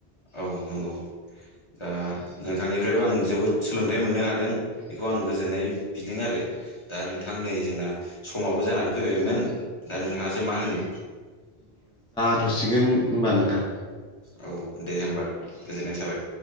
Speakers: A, on the left; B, in the centre.
A: औ नंगौ दा नोंथांनिफ्रायबो आं जोबोद सोलोंथाइ मोननो हादों बेखौ आं गोजोननाय बिदों आरो दा नोंथां नै जोंना समावबो जानानै फैबायमोन दा नोंथाङासो मा होनो
B: दोनथ'सिगोन होनोमबा नोंथां
A: औ दे होनबा गोजोननाय थाबाय